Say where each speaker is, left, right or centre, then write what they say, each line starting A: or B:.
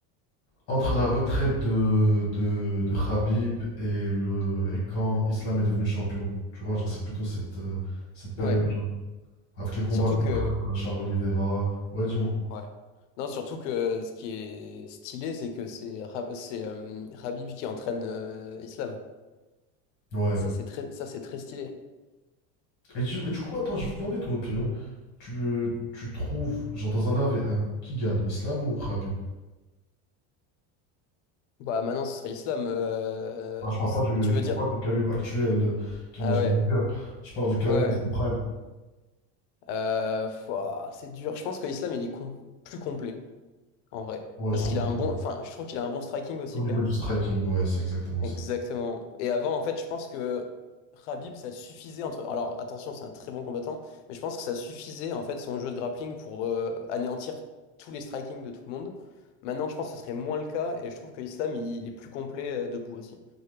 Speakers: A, on the left; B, on the left.
A: entre la retraite de, de, de Khabib et, le, et quand Islam est devenu champion. Tu vois, genre c'est plutôt cette, euh, cette période-là.
B: Ouais.
A: Avec les combats
B: Surtout
A: contre
B: que,
A: euh, Charles Oliveira. Ouais, dis-moi.
B: ouais. Non, surtout que ce qui est stylé, c'est que c'est Ra- c'est euh, Habib qui entraîne euh, Islam.
A: Ouais.
B: Ça, c'est très, ça, c'est très stylé.
A: Et du, et du coup, attends, je vais te demander ton opinion. Tu, tu trouves, genre dans un 1v1, qui gagne, Islam ou Khabib?
B: Bah, maintenant, ce serait Islam. euh,
A: Ah, je
B: ne
A: parle pas du,
B: tu
A: je
B: veux
A: parle
B: dire?
A: pas du Khabib actuel euh, qui
B: Ah
A: mange
B: ouais.
A: des burgers. Je parle du Khabib
B: Ouais,
A: à son
B: ouais.
A: prime.
B: Euh, fouah, c'est dur. Je pense que Islam, il est com- plus complet, en vrai.
A: Ouais,
B: Parce
A: je trouve
B: qu'il
A: aussi.
B: a un bon, enfin, je trouve qu'il a un bon striking aussi,
A: Au niveau
B: quand même.
A: du striking, ouais, c'est exactement
B: Exactement.
A: ça.
B: Et avant, en fait, je pense que Khabib, ça suffisait entre. Alors, attention, c'est un très bon combattant, mais je pense que ça suffisait, en fait, son jeu de grappling pour euh, anéantir tous les striking de tout le monde. Maintenant, je pense que ce serait moins le cas, et je trouve que Islam, il, est plus complet euh, debout aussi.